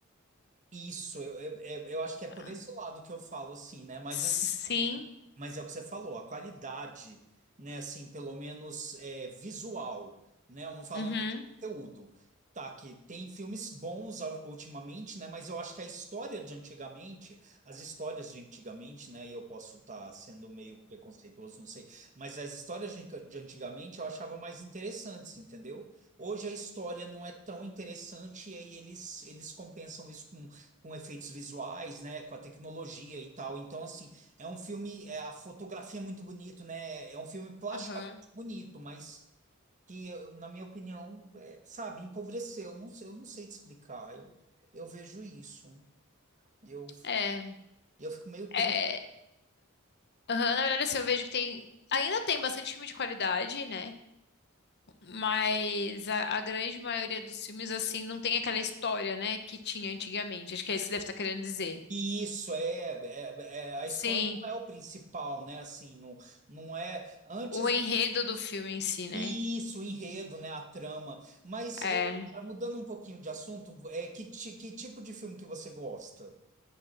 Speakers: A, on the right; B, on the left.
A: Isso, eu, eu, eu eu acho que é por
B: Ah.
A: esse lado que eu falo, assim, né? Mas
B: Sim.
A: assim, Mas é o que você falou, a qualidade, né, assim, pelo menos é, visual, né, eu não falo
B: Uhum.
A: nem de conteúdo, tá, que tem filmes bons au- ultimamente, né, mas eu acho que a história de antigamente, as histórias de antigamente, né, e eu posso estar sendo meio preconceituoso, não sei, mas as histórias de de antigamente eu achava mais interessantes, entendeu? Hoje a história não é tão interessante e aí eles, eles compensam isso com, com efeitos visuais, né, com a tecnologia e tal, então, assim, é um filme, é, a fotografia é muito bonito, né? É um filme plasticamente
B: Aham.
A: bonito, mas que, eu- na minha opinião, é, sabe, empobreceu. Não sei, eu não sei te explicar. Eu, eu vejo isso. Eu,
B: É.
A: eu fico meio triste.
B: É. aham, Na verdade, assim, eu vejo que tem. Ainda tem bastante filme de qualidade, né? Mas a, a grande maioria dos filmes, assim, não tem aquela história, né, que tinha antigamente. Acho que é isso que você deve estar querendo dizer.
A: E isso é, é, é- a
B: Sim.
A: história não é o principal, né? Assim, não, não é antes
B: O enredo do filme em si, né?
A: isso, o enredo, né? A trama. Mas
B: É.
A: é, mudando um pouquinho de assunto, é que, ti- que tipo de filme que você gosta?